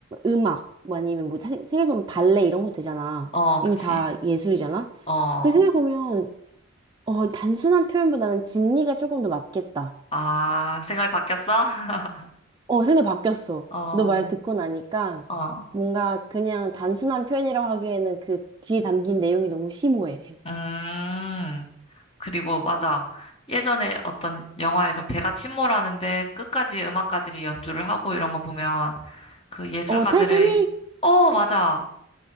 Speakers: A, on the right; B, on the left.
A: 음악 뭐 아니면 뭐 사 생각해보면 발레 이런 것도 되잖아.
B: 어,
A: 이게
B: 그치.
A: 다 예술이잖아.
B: 어,
A: 그리고 생각해보면 어, 단순한 표현보다는 진리가 조금 더 맞겠다.
B: 아, 생각이 바뀌었어? <laughs>
A: 어, 생각 바뀌었어.
B: 어,
A: 너 말 듣고 나니까
B: 어,
A: 뭔가 그냥 단순한 표현이라고 하기에는 그 뒤에 담긴 내용이 너무 심오해.
B: 음. 그리고 맞아. 예전에 어떤 영화에서 배가 침몰하는데 끝까지 음악가들이 연주를 하고 이런 거 보면 그 예술가들의,
A: 어, 타이타닉!
B: 어, 맞아.